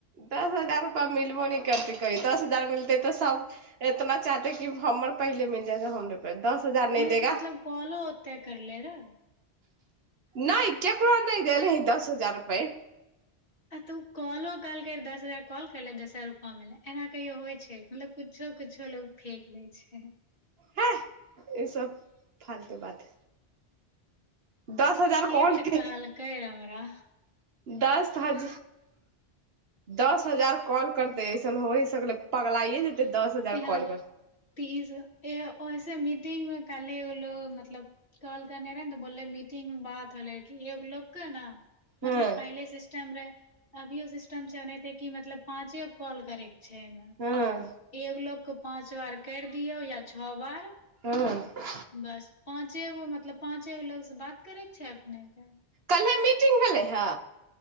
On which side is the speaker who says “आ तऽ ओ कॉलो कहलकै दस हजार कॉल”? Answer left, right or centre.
Left